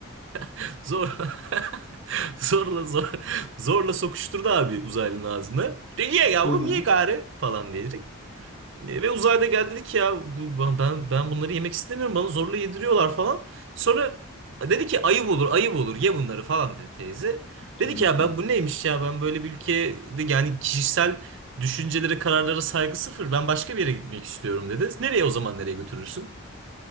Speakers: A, on the right; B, on the left.
A: <laughs> zor. <laughs> <laughs> Zorla zor, zorla sokuşturdu abi uzaylının ağzına. De ye yavrum
B: Hı hı.
A: ye gari falan diyerek. E, Ve uzayda geldi dedi ki ya bu, ben, ben ben bunları yemek istemiyorum bana zorla yediriyorlar falan. Sonra dedi ki ayıp olur ayıp olur ye bunları falan dedi teyze.
B: Tabii
A: Dedi ki ya
B: ki.
A: ben bu neymiş ya ben böyle bir ülkede yani kişisel düşüncelere kararlara saygı sıfır ben başka bir yere gitmek istiyorum dedi. Nereye o zaman nereye götürürsün?